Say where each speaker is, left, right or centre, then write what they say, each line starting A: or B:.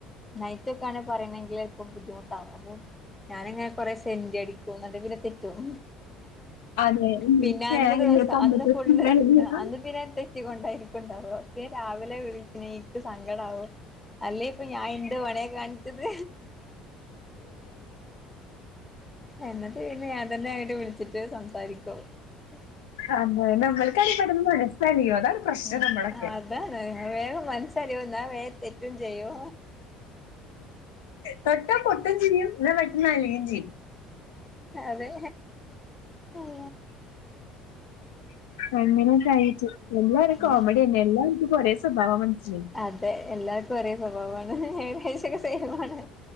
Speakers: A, on the left; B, on the left.
A: നൈറ്റ് ഒക്ക ആണ് പറയണെങ്കിൽ ഇപ്പൊ ബുദ്ധിമുട്ടാവും അപ്പൊ ഞാനിങ്ങനെ കൊറെ സെന്റി അടിക്കും എന്നിട്ട് പിന്നെ തെറ്റും
B: അതെ
A: പിന്നെ
B: സ്നേഹമില്ല
A: അന്ന് ദിവസം
B: പണ്ടത്തെ
A: അന്ന് ഫുള്ള്
B: സ്നേഹമില്ല.
A: അന്ന് പിന്നെ. കൊണ്ടായിരിക്കുണ്ടാവ പിന്നെ രാവിലെ വിളിക്ക എനിക്ക് സങ്കടാക്കും. അല്ലേ ഇപ്പൊ ഞാൻ എന്ത് പണയ കാണിച്ചത്. എന്നിട് ഞാൻ തന്നെ അങ്ങട്ട് വിളിച്ചിട്ട് സംസാരിക്കും. <unintelligible>
B: അതേ നമ്മൾക്ക് അടിപ്പെെടന്ന് മനസ്സല്ലിയോ അതാണ് പ്രശ്നം
A: ഉം
B: നമ്മളൊക്കെ.
A: അതാണ് വേഗം മനസ്സലിയും എന്നാ വേഗ തെറ്റും ചെയ്യു.
B: തൊട്ട പൊട്ടും ചെയ്യും എന്നാ പെട്ടെന്ന് അലിയും ചെയ്യും.
A: അതെ അള്ളാ
B: അങ്ങനെയൊക്കെ ആയിട്ട് എല്ലാരും
A: അങ്ങനെ
B: കോമഡി. എല്ലാർക്ക് ഓരേ സ്വഭാവം മനസിലായി
A: അതെ എല്ലാവർക്കും ഒരേ സ്വഭാവമാണ് ഏകദേശൊക്കെ സെയിം ആണ്